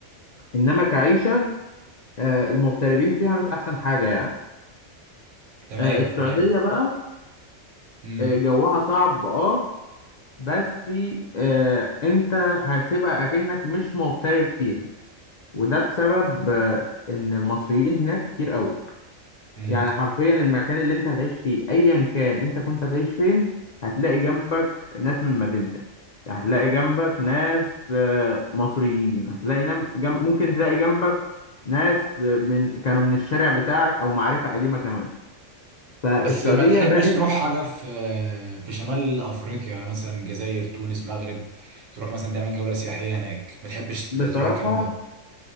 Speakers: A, on the left (about 70°); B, on the right (about 75°).
A: انما كعيشه آه، المغتربين فيها مش احسن حاجه يعني
B: تمام
A: آه، السعوديه
B: تمام
A: بقى
B: امم
A: آه، جوها صعب اه بس آه، انت هتبقى اكنك مش مغترب فيها وده بسبب آه، ان المصريين هناك كتير قوي
B: امم
A: يعني حرفيا المكان اللي انت هتعيش فيه ايا كان انت كنت هتعيش فين هتلاقي جنبك ناس من مدينتك هتلاقي جنبك ناس آه، مصريين هتلاقي نم... جنب... ممكن تلاقي جنبك ناس آه، من كانوا من الشارع بتاعك او معرفة قديمة كمان فالسعودية
B: بس ما تحبش
A: بقت
B: تروح حاجة في في شمال أفريقيا يعني مثلا جزائر تونس مغرب تروح مثلا تعمل جولة سياحية هناك ما تحبش تروح
A: بصراحة
B: الكلام ده